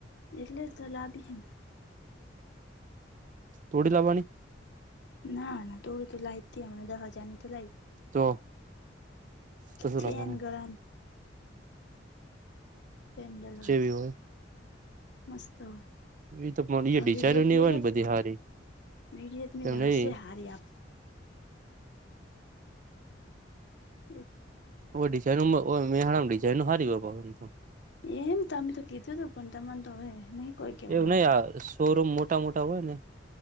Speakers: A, on the left; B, on the right.
A: એટલે જ તો લાવબી હ ન
B: થોડી લાવાની
A: ના ના તોડી તો લાઈતી દહ હજાર ની તો લાઈ
B: તો, કશું
A: ચેન
B: લાવવાનું
A: ગળા ની પેન્ડલ વાળી
B: જેવી હોય
A: મસ્ત હોય.
B: એ તો એ
A: તમે
B: ડિઝાઇનની
A: વિડિયોત <unintelligible> તમે
B: હોય ને બધી હારી
A: વિડિયત મે
B: એમ
A: <unintelligible>
B: નહી
A: હશે હારી આપ <unintelligible>
B: ઓ ડિઝાઇન મેહાણામ ડિઝાઇનો હારી હોય.
A: એમ તમે તો કીધું હતું પણ, તમાર તો હવે નહી. કોઈ કેવું
B: એવું
A: મારે
B: નહી આ શોરૂમ મોટા, મોટા હોય ને